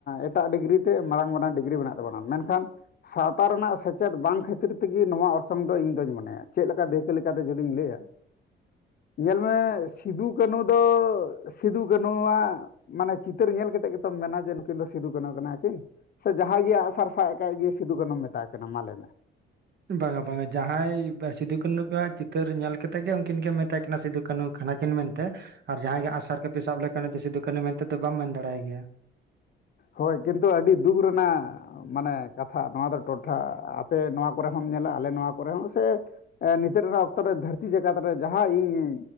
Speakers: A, on the left; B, on the right.
A: ᱮᱴᱟᱜ ᱰᱤᱜᱽᱨᱤ ᱛᱮ ᱢᱟᱨᱟᱝ ᱢᱟᱨᱟᱝ ᱰᱤᱜᱽᱨᱤ ᱢᱮᱱᱟᱜ ᱛᱟᱵᱚᱱᱟ ᱢᱮᱱᱠᱷᱟᱱ ᱥᱟᱶᱛᱟ ᱨᱮᱱᱟᱜ ᱥᱮᱪᱮᱫ ᱵᱟᱝ ᱠᱷᱟᱹᱛᱤᱨ ᱛᱤᱜᱤ ᱱᱚᱣᱟ ᱚᱨᱥᱚᱝ ᱫᱚ ᱤᱧ ᱫᱚᱧ ᱢᱚᱱᱮᱭᱟ ᱪᱮᱫ ᱞᱮᱠᱟ ᱫᱟᱹᱭᱠᱟᱹ ᱞᱮᱠᱟᱛᱮ ᱡᱩᱫᱤᱧ ᱞᱟᱹᱭᱟ ᱧᱮᱞ ᱢᱮ ᱥᱤᱫᱩ ᱠᱟᱹᱱᱩ ᱫᱚ ᱥᱤᱫᱩ ᱠᱟᱹᱱᱩᱣᱟᱜ ᱢᱟᱱᱮ ᱪᱷᱤᱛᱟᱹᱨ ᱧᱮᱞ ᱠᱟᱛᱮᱫ ᱜᱮᱛᱚᱢ ᱢᱮᱱᱟ ᱡᱮ ᱱᱩᱠᱤᱱ ᱫᱚ ᱥᱤᱫᱩ ᱠᱟᱹᱱᱩ ᱠᱟᱱᱟ ᱠᱤᱱ ᱥᱮ ᱡᱟᱦᱟᱸᱭ ᱜᱮ ᱟᱜ ᱥᱟᱨ ᱥᱟᱜ ᱠᱟᱭ ᱜᱤ ᱥᱤᱫᱩ ᱠᱟᱹᱱᱩ ᱢᱮᱛᱟᱣ ᱠᱤᱱᱟ ᱢᱟᱞᱟᱹᱭ ᱢᱮ
B: ᱵᱟᱝᱟ ᱵᱟᱝᱟ ᱡᱟᱦᱟᱸᱭ ᱥᱤᱫᱩ ᱠᱟᱹᱱᱩ ᱣᱟᱜ ᱪᱤᱛᱟᱹᱨ ᱧᱮᱞ ᱠᱟᱛᱮᱜ ᱜᱮ ᱩᱱᱠᱤᱱ ᱜᱮ ᱢᱮᱛᱟ ᱠᱤᱱᱟᱹ ᱥᱤᱫᱩ ᱠᱟᱹᱱᱩ ᱠᱟᱱᱟ ᱠᱤᱱ ᱢᱮᱱᱛᱮ ᱟᱨ ᱡᱟᱦᱟᱸᱭ ᱜᱮ ᱟᱜᱼᱥᱟᱨ ᱠᱟᱯᱤ ᱥᱟᱵ ᱞᱮᱠᱷᱟᱱ ᱩᱱᱤᱫᱚ ᱥᱤᱫᱩ ᱠᱟᱹᱱᱩ ᱢᱮᱱᱛᱮ ᱫᱚ ᱵᱟᱢ ᱢᱮᱱ ᱫᱟᱲᱮᱭᱟᱭ ᱜᱮᱭᱟ
A: ᱦᱳᱭ ᱠᱤᱱᱛᱩ ᱟᱹᱰᱤ ᱫᱩᱠ ᱨᱮᱱᱟᱜ ᱢᱟᱱᱮ ᱠᱟᱛᱷᱟ ᱱᱚᱣᱟ ᱫᱚ ᱴᱚᱴᱷᱟ ᱟᱯᱮ ᱱᱚᱣᱟ ᱠᱚᱨᱮ ᱦᱚᱸᱢ ᱧᱮᱞᱟ ᱟᱞᱮ ᱱᱚᱣᱟ ᱠᱚᱨᱮ ᱦᱚᱸ ᱥᱮ ᱮ ᱱᱤᱛᱚ ᱨᱮᱱᱟᱜ ᱚᱠᱛᱚ ᱨᱮ ᱫᱷᱟᱹᱨᱛᱤ ᱡᱟᱠᱟᱛ ᱨᱮ ᱡᱟᱦᱟᱸ ᱤᱧ